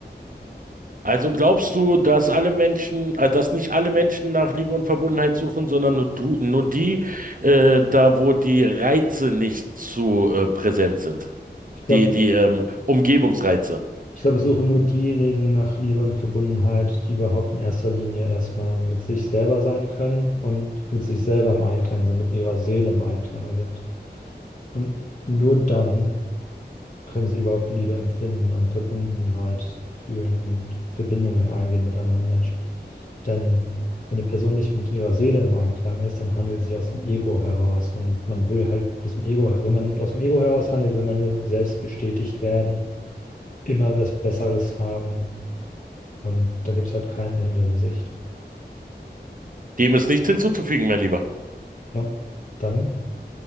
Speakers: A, on the right; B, on the left.
A: Also glaubst du, dass alle Menschen, äh, dass nicht alle Menschen nach Liebe und Verbundenheit suchen, sondern nur du, nur die, äh, da wo die Reize nicht zu äh, präsent sind,
B: Ich glaube,
A: die die ähm, Umgebungsreize.
B: Ich glaube, es suchen nur diejenigen nach Liebe und Verbundenheit, die überhaupt in erster Linie erstmal mit sich selber sein können und mit sich selber im Einklang sind, mit ihrer Seele im Einklang sind. Und nur dann können sie überhaupt Liebe empfinden und Verbundenheit fühlen und Verbindungen eingehen mit anderen Menschen. Denn wenn eine Person nicht mit ihrer Seele im Einklang ist, dann handelt sie aus dem Ego heraus. Und man will halt aus dem Ego, wenn man aus dem Ego heraus handelt, will man nur selbst bestätigt werden immer was Besseres haben und da gibt es halt kein Ende in Sicht.
A: Dem ist nichts hinzuzufügen, mein Lieber.
B: Ja, dann